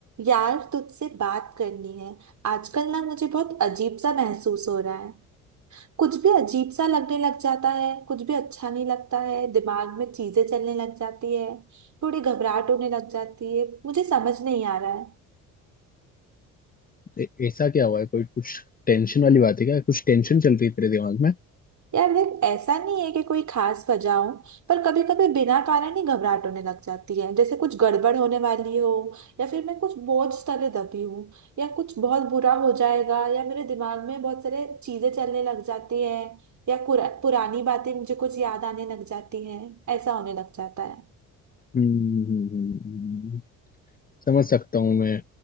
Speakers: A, on the right (about 40°); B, on the left (about 20°).
A: यार तुझसे बात करनी है आजकल ना मुझे बहुत अजीब सा महसूस हो रहा है कुछ भी अजीब सा लगने लग जाता है कुछ भी अच्छा नहीं लगता है दिमाग में चीजें चलने लग जाती है थोड़ी घबराहट होने लग जाती है मुझे समझ नहीं आ रहा है
B: ए- ऐसा क्या हुआ है कोई कुछ टेंशन वाली बात है क्या कुछ टेंशन चल रही है तेरे दिमाग में
A: यार देख ऐसा नहीं है कि कोई खास वजह हो पर कभी कभी बिना कारण ही घबराहट होने लग जाती है जैसे कुछ गड़बड़ होने वाली हो या फिर मैं कुछ बोझ तले दबी हूँ या कुछ बहुत बुरा हो जाएगा या मेरे दिमाग में बहुत सारे चीजें चलने लग जाती है या कुरा- पुरानी बातें मुझे कुछ याद आने लग जाती हैं ऐसा होने लग जाता है
B: हम्म, हम्म, हम्म, समझ सकता हूँ मैं